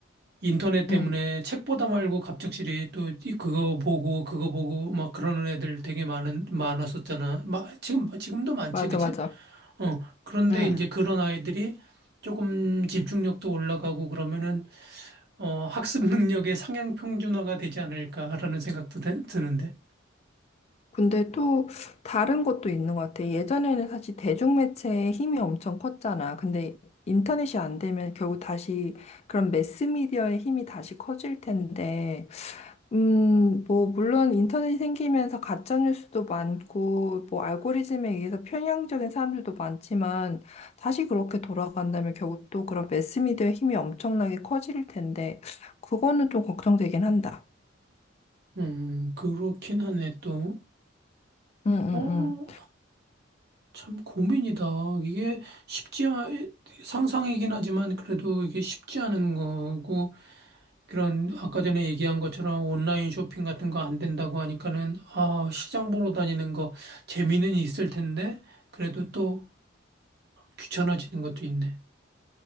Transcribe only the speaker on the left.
응,
맞아,
맞아.
응.
근데 또 다른 것도 있는 것 같아. 예전에는 사실 대중매체의 힘이 엄청 컸잖아. 근데 인터넷이 안 되면 결국 다시 그런 매스미디어의 힘이 다시 커질 텐데, 음, 뭐, 물론 인터넷이 생기면서 가짜뉴스도 많고, 뭐, 알고리즘에 의해서 편향적인 사람들도 많지만, 다시 그렇게 돌아간다면 결국 또 그런 매스미디어의 힘이 엄청나게 커질 텐데, 그거는 좀 걱정되긴 한다.
응, 응,
응.